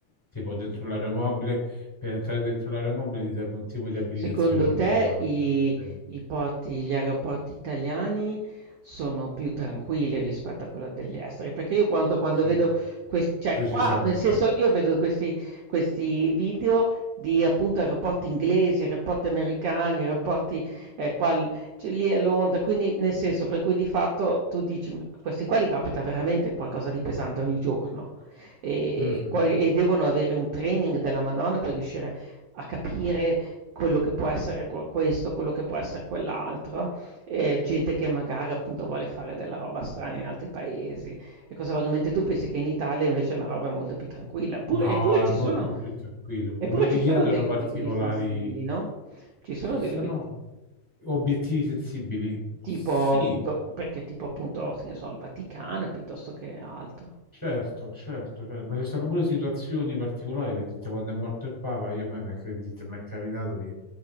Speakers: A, in the centre; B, on the right (about 60°).
A: tipo dentro l'aeromobile. Per entrare dentro l'aeromobile ti serve un tipo di abilitazione
B: Secondo
A: particolare.
B: te i
A: Sì,
B: i porti gli aeroporti italiani sono più tranquilli rispetto a quello degli esteri? Perché io quanto quando
A: sì,
B: vedo questi, cioè
A: decisamente.
B: qua, nel senso, io vedo questi, questi video di appunto aeroporti inglesi, aeroporti americani, aeroporti eh, qua, l- cioè, lì a Londra, quindi nel senso per cui di fatto tu dici, "Ma questi qua li capita veramente qualcosa di pesante ogni giorno e,
A: Mhm.
B: qua- e devono avere un training della Madonna per riuscire a capire quello che può essere que questo, quello che può essere quell'altro, ehm, gente che magari appunto vuole fare della roba strana in altri paesi e cosa veramente tu pensi che in Italia invece la roba è molto più tranquilla, pure
A: No,
B: eppure ci
A: è molto
B: sono
A: più tranquillo.
B: eppure
A: Non richiedono
B: ci sono degli
A: particolari.
B: obiettivi sensibili, no, ci sono
A: Ci
B: degli
A: stanno
B: obiet
A: obiettivi sensibili? Sì,
B: tipo appunto perché tipo appunto, che ne so, il Vaticano piuttosto che altro.
A: Certo, certo, certo. ma ci sono pure situazioni particolari, vedete, quando è morto il Papa, io a me mi è credete, mi è capitato di